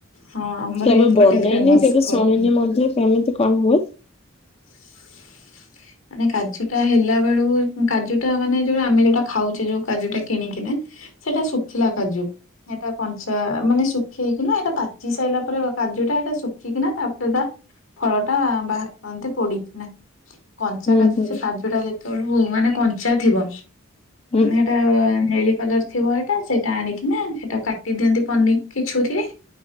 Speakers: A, on the left (about 80°); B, on the left (about 30°).
A: ହଁ ଆମର
B: କେବେ
A: ଏପଟେ
B: ବନେଇନି
A: ଫେମସ୍
B: କେବେ ଶୁଣିନି ମଧ୍ୟ କେମିତି କଣ ହୁଏ।
A: <inaudible> ମାନେ କାଜୁ ଟା ହେଲା ବେଳକୁ କାଜୁ ଟା ମାନେ ଯୋଉ ଆମେ ଯୋଉଟା ଖାଉଛେ ଯୋଉ କାଜୁଟା କିଣିକିନା। ସେଇଟା ଶୁଖିଲା କାଜୁ, ଏଟା କଞ୍ଚା ମାନେ ଶୁଖି ହେଇକିନା ଏଇଟା ପାଚି ସାରିଲା ପରେ କାଜୁଟା ଏଇଟା ଶୁଖିକିନା ତାପରେ ତା ଫଳଟା ବାହାର ଏମତି ପଡିକିନା, କଞ୍ଚା
B: ହୁଁ
A: କାଜୁ
B: ହୁଁ
A: ସେ କାଜୁଟା ଯେତେବେଳକୁ ମାନେ କଞ୍ଚା ଥିବ।
B: ହୁଁ
A: ହେଟା ନେଳି କଲର ଥିବ ହେଟା ସେଇଟା ଆଣିକିନା ସେଟା କାଟି ଦିଅନ୍ତି ପନି କି ଛୁରୀରେ